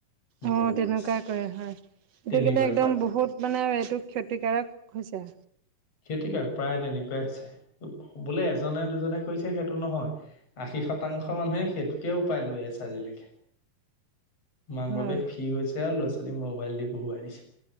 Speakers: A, on the right; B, on the left.
A: অ,
B: বছ
A: তেনেকুৱা কৰে হয়। সেইটো
B: তেনেকুৱাই
A: কিন্তু একদম
B: কয়
A: বহুত মানে এইটো ক্ষতিকাৰক হৈছে।
B: ক্ষতি কাৰক প্ৰায় তেনেকুৱাই হৈছে। বোলে এজনে দুজনে কৈছে সেইটো নহয়। আশী শতাংশ মানুহে সেইটোকে উপায় লৈ আছে আজিলৈকে। মাক
A: হয়।
B: বাপেক ফি হৈছে আৰু ল'ৰা ছোৱালীক ম'বাইল দি বহুৱাই দিছে।